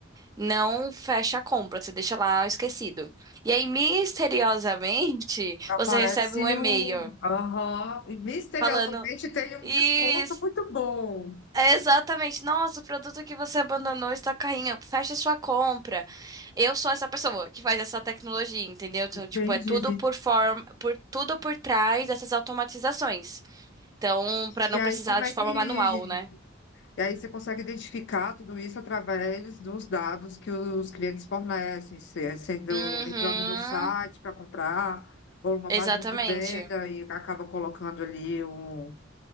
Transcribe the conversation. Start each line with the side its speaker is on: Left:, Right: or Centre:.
Right: não fecha a compra, você deixa lá esquecido. E aí, misteriosamente,
Left: Aparece
Right: você recebe um e-mail
Left: um. Aham. E misteriosamente
Right: falando:
Left: tem
Right: Isso,
Left: um desconto muito bom.
Right: é exatamente, nossa, o produto que você abandonou está no carrinho, fecha sua compra. Eu sou essa pessoa que faz essa tecnologia, entendeu? Então,
Left: Entendi.
Right: tipo, é tudo por forma, por tudo por trás dessas automatizações. Então, pra não
Left: E aí,
Right: precisar
Left: como
Right: de
Left: é que.
Right: forma manual, né?
Left: E aí, você consegue identificar tudo isso através dos dados que os clientes fornecem, se- é sendo
Right: Uhum.
Left: entrando no site para comprar, ou uma
Right: Exatamente.
Left: página de venda, e acaba colocando ali um